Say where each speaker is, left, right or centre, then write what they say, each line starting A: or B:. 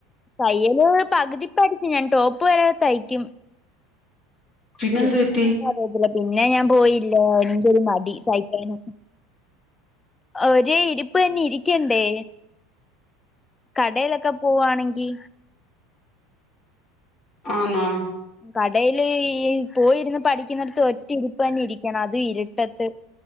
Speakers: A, on the left (about 20°); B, on the left (about 35°).
A: തയ്യല് പകുതിപഠിച്ചു ഞാൻ ടോപ്പ് വരെ തയ്ക്കും
B: പിന്നെന്ത്
A: പിന്നങ്ങോട്ട്
B: പറ്റി
A: അറിയത്തില്ല പിന്നെ പിന്നെ ഞാൻ പോയി ല്ലാ നിക്കൊരു മടി തയ്ക്കാന് ഒരേ ഇരിപ്പ് തന്നെ ഇരിക്കണ്ടേ കടയിലൊക്കെ പോവാണെങ്കി
B: ആന്നോ
A: കടയില് ഈ പോയിരുന്ന് പഠിക്കുന്നിടത്ത് ഒറ്റ ഇരിപ്പ് തന്നെ ഇരിക്കണം അതും ഇരുട്ടത്ത്